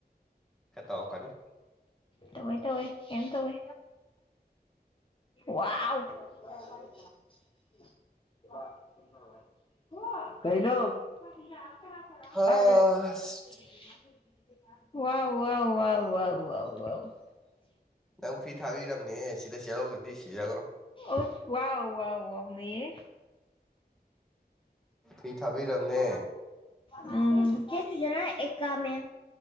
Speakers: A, in the centre; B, on the left.
A: ꯇꯧꯔꯛꯀꯅꯤ
B: ꯇꯧꯋꯦ ꯇꯧꯋꯦ ꯀꯩꯏꯝ ꯇꯧꯋꯦ ꯋꯥꯎꯎ ꯂꯧꯁꯤꯟꯕ ꯉꯝꯗꯕ ꯂꯧꯁꯤꯟꯕ ꯉꯝꯗꯕ ꯏꯕꯨꯡꯉꯣ ꯀꯩꯩꯅꯣ ꯑꯥꯏ ꯑꯩ
A: ꯍꯁ
B: ꯋꯥꯎ ꯋꯥꯎ ꯋꯥꯎ ꯋꯥꯎ ꯋꯥꯎ ꯋꯥꯎ
A: ꯅꯪ ꯐ꯭ꯔꯤ ꯊꯥꯕꯤꯔꯕꯅꯤꯍꯦ ꯁꯤ- ꯗ ꯆꯦꯜꯍꯧꯗ꯭ꯔꯗꯤ ꯁꯤꯖꯒ꯭ꯔꯣ
B: ꯑꯁ ꯋꯥꯎ ꯋꯥꯎ ꯋꯥꯎ ꯅꯩꯌꯦ
A: ꯐ꯭ꯔꯤ ꯊꯥꯕꯤꯔꯝꯅꯦ
B: ꯎꯝ ꯆꯦꯟꯈꯤꯒꯦꯍꯥꯏ ꯑꯦꯀꯥꯃꯦꯟ